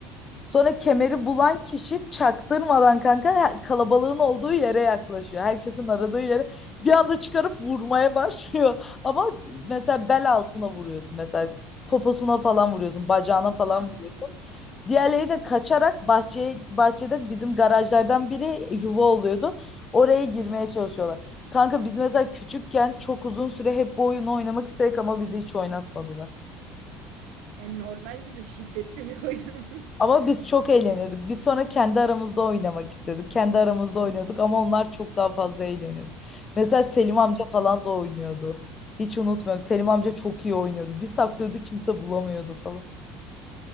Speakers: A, on the left; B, on the right.
A: Sonra kemeri bulan
B: Hmm.
A: kişi çaktırmadan kanka he- kalabalığın olduğu yere yaklaşıyor. Herkesin aradığı yere bir anda çıkarıp vurmaya başlıyor. <laughs> Ama mesela bel altına vuruyorsun mesela poposuna falan vuruyorsun, bacağına falan
B: Hmm.
A: vuruyorsun. Diğerleri de kaçarak bahçeye bahçede bizim garajlardan biri yuva oluyordu. Oraya girmeye çalışıyorlar. Kanka biz mesela küçükken çok uzun süre hep bu oyunu oynamak istedik ama bizi hiç oynatmadılar.
B: E, normal güzel şiddetli bir oyun.
A: Ama biz çok eğleniyorduk. Biz sonra kendi aramızda oynamak istiyorduk. Kendi aramızda oynuyorduk ama onlar çok daha fazla eğleniyordu. Mesela Selim amca
B: <laughs> Hı
A: falan da oynuyordu. Hiç unutmuyorum. Selim amca çok iyi oynuyordu. Bir saklıyordu kimse bulamıyordu falan.